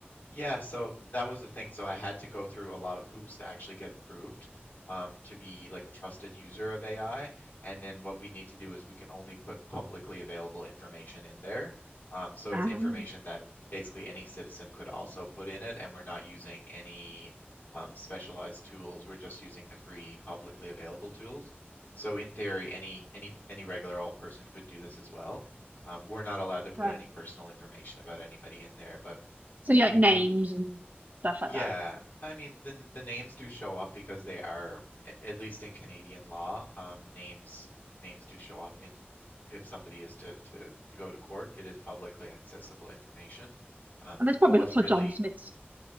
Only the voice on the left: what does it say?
Yeah, so that was the thing. So I had to go through a lot of hoops to actually get approved um, to be like a trusted user of AI. And then what we need to do is we can only put publicly available information in there. Um, so it's
information that basically any citizen could also put in it, and we're not using any um, specialized tools. We're just using the free publicly available tools. So in theory, any any any regular old person could do this as well. Um, we're not allowed to put
any personal information about anybody in there, but
we
do
yeah,
I mean the n- the names do show up because they are, a- at least in Canadian law, um, names names do show up in if somebody is to, to to go to court, it is publicly accessible information. Um,
but what's
really